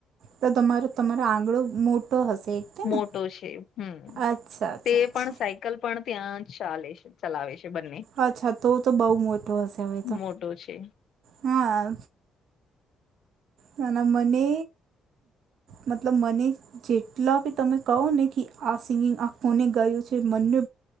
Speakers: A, on the right; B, on the left.
A: તો તમારો તમારો આંગડો મોટો હશે. એટલે
B: મોટો
A: ને
B: છે હમ
A: અચ્છા અચ્છા
B: તે
A: અચ્છા
B: પણ સાયકલ પણ ત્યાં ચાલે છે. ચલાવે છે બંને.
A: અચ્છા તો તો બહુ મોટો હશે હવે તો
B: મોટો છે
A: હા. ના ના મને મતલબ મને. જેટલા બી તમે કહો ને કે આ સિંગિંગ આ ફોને ગયું છે મને.